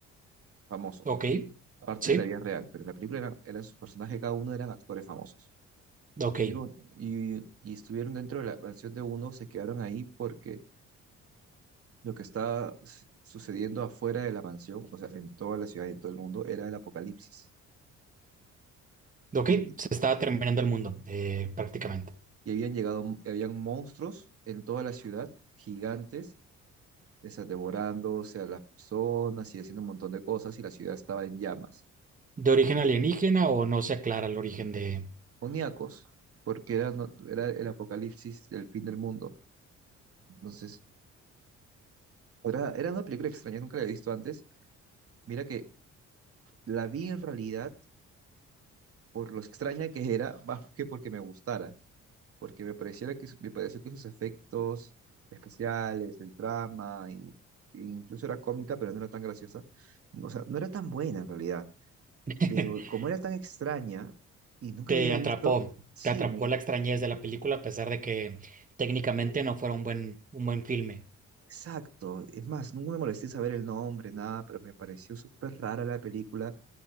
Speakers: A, on the right; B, on the right.
A: famosos,
B: Ok,
A: aparte
B: sí,
A: de la vida real, pero en la película eran, eran sus personajes, cada uno eran actores famosos.
B: ok,
A: Y, un- y, y estuvieron dentro de la mansión de uno, se quedaron ahí porque Lo que está s- sucediendo afuera de la mansión, o sea, en toda la ciudad y en todo el mundo, era el apocalipsis.
B: ok,
A: Y,
B: se está terminando el mundo, eh, prácticamente.
A: y habían llegado, y habían monstruos en toda la ciudad, gigantes, o sea, devorándose a las personas y haciendo un montón de cosas, y la ciudad estaba en llamas.
B: ¿De origen alienígena o no se aclara el origen de...
A: Oníacos, porque era, no- era el apocalipsis del fin del mundo. Entonces, era, era una película extraña, nunca la había visto antes. Mira que la vi en realidad por lo extraña que era, más que porque me gustara. porque me pareciera que, su- me pareció que sus efectos especiales, el drama, y, e incluso era cómica, pero no era tan graciosa, o sea, no era tan buena en realidad,
B: <laughs>
A: pero como era tan extraña y nunca
B: Te
A: la había
B: atrapó,
A: visto, sí,
B: te atrapó
A: me,
B: la extrañez de la película a pesar de que técnicamente no fuera un buen, un buen filme.
A: exacto, es más, nunca me molesté en saber el nombre, nada, pero me pareció súper rara la película